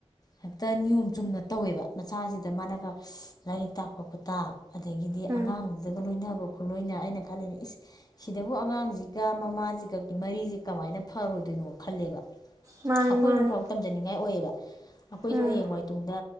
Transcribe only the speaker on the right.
ꯎꯝ
ꯃꯥꯅꯤ
ꯃꯥꯅꯤ
ꯎꯝ